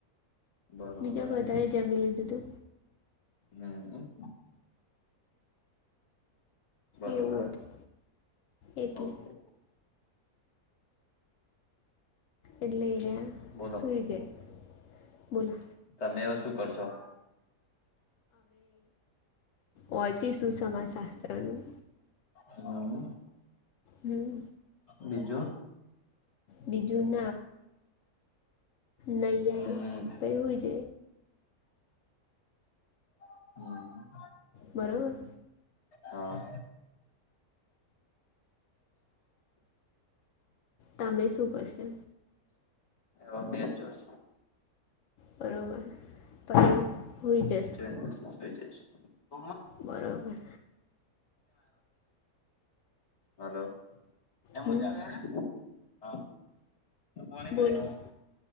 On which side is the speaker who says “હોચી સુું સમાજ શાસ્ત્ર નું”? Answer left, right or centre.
Left